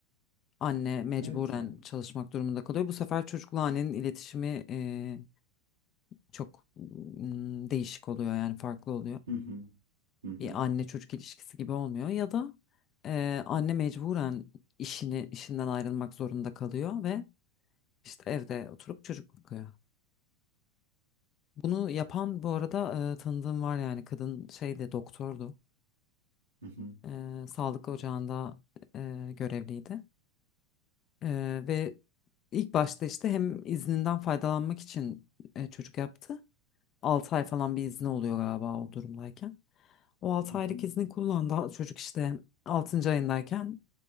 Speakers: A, on the left (about 30°); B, on the right (about 65°).
A: Anne mecburen
B: evet yani.
A: çalışmak durumunda kalıyor. Bu sefer çocukla annenin iletişimi e, çok mm, değişik oluyor yani farklı oluyor.
B: Hı hı. Hı hı.
A: bir anne çocuk ilişkisi gibi olmuyor ya da eee, anne mecburen işini işinden ayrılmak zorunda kalıyor ve işte evde oturup çocuk bakıyor. Bunu yapan bu arada eee, tanıdığım var yani kadın şeyde doktordu.
B: Hı hı.
A: Eee, sağlık ocağında eee, görevliydi. Eee, ve ilk başta işte hem izninden faydalanmak için eee, çocuk yaptı. 6 ay falan bir izni oluyor galiba o durumdayken. O 6
B: Hı hı.
A: aylık izni kullandı. Çocuk işte altıncı ayındayken